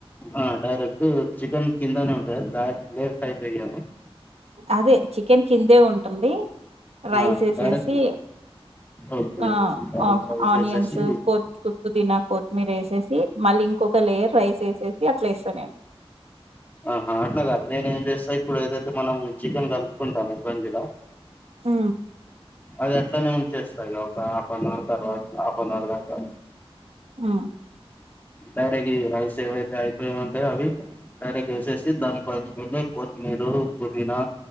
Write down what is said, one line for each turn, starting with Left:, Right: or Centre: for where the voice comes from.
Left: ఆ డైరెక్ట్ చికెన్ కిందనే ఉంటది రాట్ లేట్ అయితే అయ్యాను
Right: అదే చికెన్ కిందే ఉంటుంది రైస్
Left: ఆ
Right: ఏసేసి
Left: డైరెక్ట్ ఓకే
Right: ఆ
Left: దాన్ని
Right: ఆ
Left: ట్రై
Right: ఆనియన్స్
Left: చేసేసి
Right: కొత్ పుదీనా, కొత్తిమీర వేసేసి మళ్ళీ ఇంకొక లేయర్ రైస్ వేసేసి అట్లా ఏస్తా నేను
Left: ఆహా అట్ల కాదు నేను ఏం చేస్తా ఇప్పుడు ఏదైతే మనం చికెన్ కలుపుకుంటాము గంజిలో
Right: ఉ
Left: అది అట్లనే ఉంచేస్తా ఒక హాఫ్ అన్ అవర్ తర్వాత హాఫ్ అన్ అవర్ దాక
Right: ఉ
Left: డైరెక్ రైస్ ఏవైతే అయిపోయి ఉంటాయ అవి టరకొసేసి దాని పైన కొత్మీరు, పుదీనా